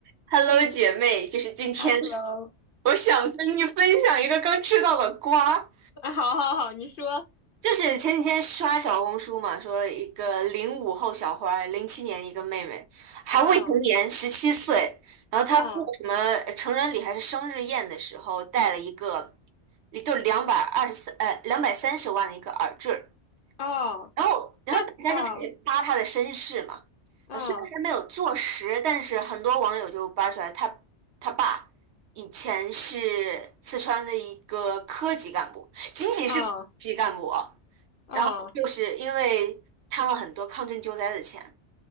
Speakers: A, on the right; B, on the left.
A: Hello，姐妹，就是今天，
B: Hello，
A: 我想跟你分享一个刚吃到的瓜，
B: 啊，好好好，你说，
A: 就是前几天刷小红书嘛，说一个零五后小花儿，零七年一个妹妹，还未成年，
B: 啊
A: 十七岁，然后她过什么呃成人礼还是生日宴的时候，
B: 啊
A: 带了一个，也就两百二十三，呃，两百三十万的一个耳坠儿，
B: 哦，
A: 然后，然后大家就开始扒他的身世嘛。
B: 那啊啊
A: 啊，虽然还没有坐实，但是很多网友就扒出来他他爸以前是四川的一个科级干部，仅仅是科级干部哦，
B: 啊啊
A: 就是因为贪了很多抗震救灾的钱，